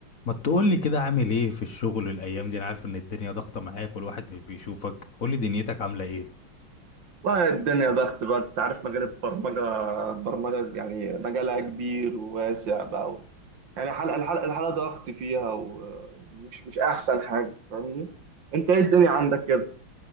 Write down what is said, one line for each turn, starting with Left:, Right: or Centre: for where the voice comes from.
Left: ما تقولي كده عامل ايه في الشغل الايام دي انا عارف ان الدنيا ضغطة معاك والواحد مش بيشوفك قولي دنيتك عاملة ايه
Right: والله الدنيا ضغط بقى انت عارف مجال البرمجة البرمجة يعني مجالها كبير وواسع بقى و... يعني حلقة الحلقة الحلقة ضغط فيها ومش مش أحسن حاجة فاهمني أنت إيه الدنيا عندك كده